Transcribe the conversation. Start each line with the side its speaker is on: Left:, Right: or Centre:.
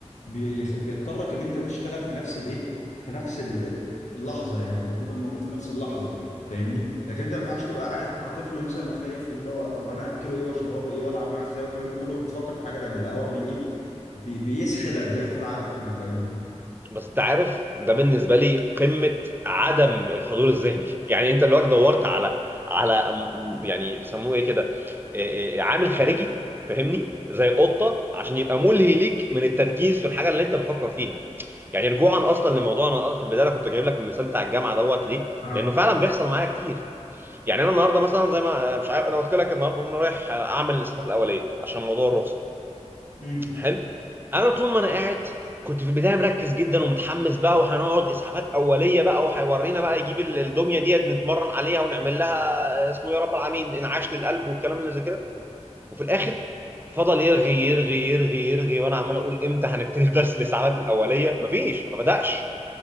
Left: بي... بيضطرك ان انت تشتغل في نفس الايه في نفس ال- اللحظه يعني او تبقى موجود في نفس اللحظه فاهمني لكن انت ما ينفعش تبقى قاعد مع طفل مثلا وخايف اللي هو طب انا اكله ايه واشربه ايه والعب معاه ازاي والكلام ده كله بتفكر في حاجه تانيه لا هو بي ايه بي بيسحلك بياخد عقلك كله فاهمني
Right: بس انت عارف ده بالنسبه لي قمه عدم الحضور الذهني يعني انت دلوقتي دورت على على م- م- يعني بيسموه ايه كده إيه- إيه، عامل خارجي فاهمني زي القطه عشان يبقى ملهي ليك من التركيز في الحاجه اللي انت بتفكر فيها يعني رجوعا اصلا لموضوع انا في البدايه أنا كنت جايب لك المثال بتاع الجامعه دوت ليه؟
Left: اه
Right: لانه فعلا بيحصل معايا كتير يعني انا النهارده مثلا زي ما آه، مش عارف انا قلت لك النهارده ان انا رايح آه، اعمل الاسعافات الاوليه عشان موضوع الرخصه
Left: مم.
Right: حلو انا طول ما انا قاعد كنت في البدايه مركز جدا ومتحمس بقى وهنقعد اسعافات اوليه بقى وهيورينا بقى يجيب ال- الدميه ديت نتمرن عليها ونعمل لها آه، اسمه يا رب العالمين انعاش للقلب والكلام اللي زي كده وفي الاخر فضل يرغي يرغي يرغي يرغي وانا عمال اقول امتى هنبتدي درس الاسعافات الاوليه مفيش ما بداش